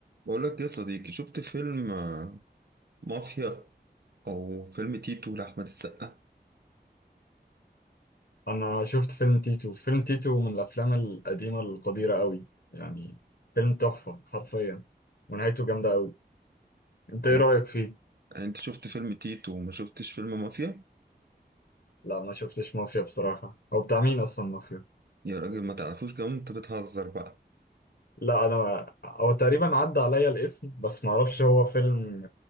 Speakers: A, on the right; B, on the left.
A: بقول لك يا صديقي شفت فيلم آه، مافيا او فيلم تيتو لاحمد السقا
B: انا شفت فيلم تيتو فيلم تيتو من الافلام القديمه القديره قوي يعني فيلم تحفه حرفيا ونهايته جامده قوي انت ايه
A: يعني
B: رايك فيه
A: يعني انت شفت فيلم تيتو وما شفتش فيلم مافيا
B: لا ما شفتش مافيا بصراحه هو بتاع مين اصلا مافيا
A: يا راجل ما تعرفوش كمان انت بتهزر بقى
B: لا انا ما... هو تقريبا عدى عليا الاسم بس ما اعرفش هو فيلم